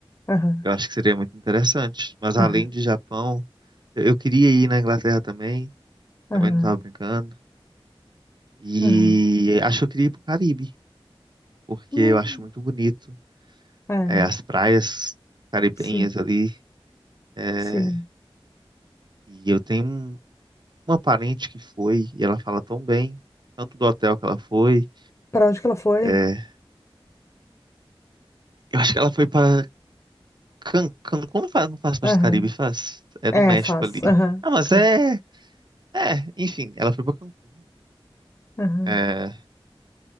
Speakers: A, on the left (about 30°); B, on the right (about 50°).
A: aham,
B: Eu acho que seria muito interessante. Mas além
A: aham,
B: de Japão, eu eu queria ir na Inglaterra também,
A: aham,
B: também não tava brincando. E
A: aham.
B: acho que eu queria ir pro Caribe, porque
A: Hum,
B: eu acho muito bonito,
A: é,
B: é, as praias caribenhas
A: sim,
B: ali. é,
A: sim.
B: e eu tenho um- uma parente que foi e ela fala tão bem, tanto do hotel que ela foi.
A: Pra onde que ela foi?
B: é, eu acho que ela foi para Cancún, não faz, não faz parte
A: Aham.
B: do Caribe, faz. É
A: É,
B: no México
A: faz,
B: ali.
A: aham,
B: Ah, mas
A: Cancún,
B: é, é, enfim, ela foi para Cancún.
A: aham,
B: é,